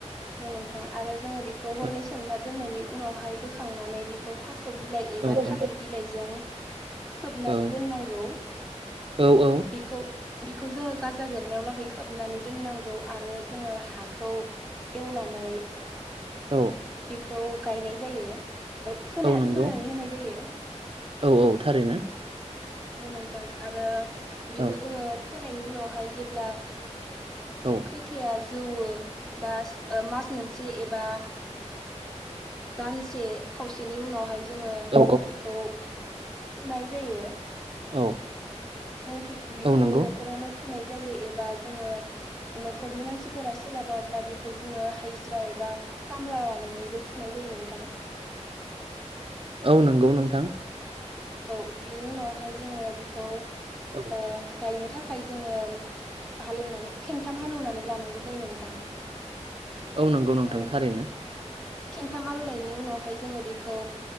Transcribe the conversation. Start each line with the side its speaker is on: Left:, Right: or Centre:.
Centre: औ नोंथां आरो जोङो बेखौ हरनै
Right: औ
Centre: सोमना दोननायनि उनावहाय बोखांनानै बेखौ थास' बिलाइ एबा
Right: औ औ
Centre: थालिर बिलाइजों खोबनानै
Right: औ
Centre: दोननांगौ
Right: औ औ
Centre: बिखौ बिखौ जोङो गाजा बेरनायाव लागै खोबनानै दोननांगौ आरो जोङो हाखौ एवनानै
Right: औ
Centre: बेखौ गायनाय जायो ओ फोना
Right: औ नंगौ
Centre: फोनानै होनाय जायो
Right: औ औ थारैनो।
Centre: नोंथां आरो बेखौ
Right: औ
Centre: जोङो फोनायनि उनावहाय जेब्ला
Right: औ
Centre: खैथाया जौवो बा मास मोनसे एबा दानसे खावसेनि उनावहाय जोङो
Right: औ
Centre: बेखौ फुनाय जायो।
Right: औ
Centre: जों फिगबिखौ
Right: औ नंगौ
Centre: न'खरावनो फुनाय जायो एबा जोङो न'खरनि मानसिफोरा सोलाबाब्ला बेखौ जोङो हाजिरा एबा खामला लानानैबो फुनाय जायो नोंथां।
Right: औ नंगौ नोंथां।
Centre: औ बिनि उनावहाय जोङो बेखौ
Right: औ
Centre: गायनो थाखाय थाखाय जोङो हालेवनानै खेनथाम हालेवनानै लानांगौ जायो नोंथां।
Right: औ नंगौ
Centre: बेखौ
Right: नोंथां थारैनो।
Centre: खेनथाम आलयनायनि उनावहाय जोङो बेखौ